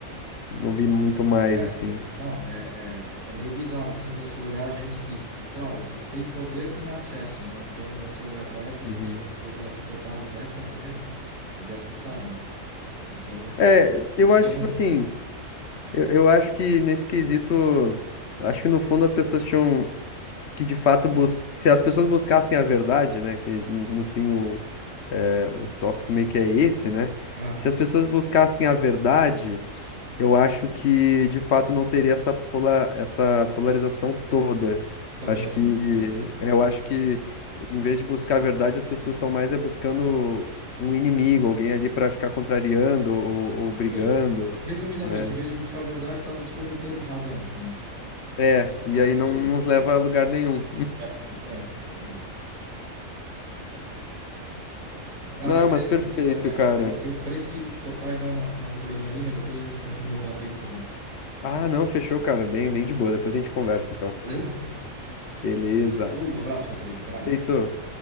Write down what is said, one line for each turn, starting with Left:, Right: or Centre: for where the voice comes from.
Left: não vi muito mais,
Right: É,
Left: assim.
Right: te- não, é, é, é meio bizarro, assim, você olhar gente que, que, claro, se tem poder, tem acesso, né? Então, você olhar para essas
Left: Uhum.
Right: pessoas e ver que elas se preparam dessa maneira, é de assustar, né? Então,
Left: É,
Right: eles
Left: eu
Right: estão
Left: acho, tipo assim, eu, eu acho que nesse quesito, eu acho que no fundo as pessoas tinham. que de fato bus... se as pessoas buscassem a verdade, né, que no, no fim o, é, o tópico meio que é esse, né?
Right: ah,
Left: Se as pessoas buscassem a verdade, eu acho que de fato não teria essa pola... essa polarização toda.
Right: tão
Left: Acho
Right: grande,
Left: que
Right: né? É.
Left: eu acho que em vez de buscar a verdade, as pessoas estão mais é buscando um inimigo, alguém ali para ficar contrariando ou, ou brigando,
Right: Assim, resumidamente,
Left: né?
Right: em vez de buscar a verdade, está buscando ter razão, né?
Left: É, e
Right: Basicamente
Left: aí não nos
Right: é isso.
Left: leva a lugar nenhum.
Right: É, justamente, justamente. Cara,
Left: Não,
Right: mas beleza,
Left: mas perfeito,
Right: estão tocando minha
Left: cara.
Right: campanha aqui, eu preciso te cortar e dar uma, dar uma corridinha ali, mas depois a gente continua o papo aí que tá bom.
Left: Ah, não, fechou, cara. Bem, bem de boa. Depois a gente conversa, então.
Right: Beleza?
Left: Beleza.
Right: Falou, um abraço, meu querido, até mais.
Left: Feito.